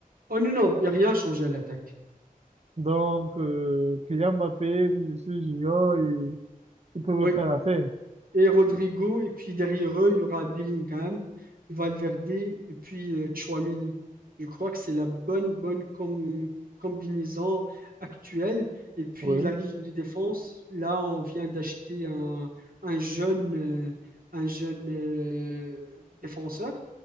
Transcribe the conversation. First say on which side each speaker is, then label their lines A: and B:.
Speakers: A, on the right; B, on the right.
A: Oh non, non, il n'y a rien changé à l'attaque.
B: Donc, euh, Kylian Mbappé, Vinicius Junior, ils, ils peuvent
A: Oui,
B: faire l'affaire.
A: et Rodrigo. Et puis derrière eux, il y aura Bellingham, Valverde et puis euh, Tchouaméni. Je crois que c'est la bonne, bonne com- combinaison actuelle. Et puis
B: Oui,
A: la ligne de défense, là, on vient d'acheter un, un jeune, euh, un jeune euh, défenseur.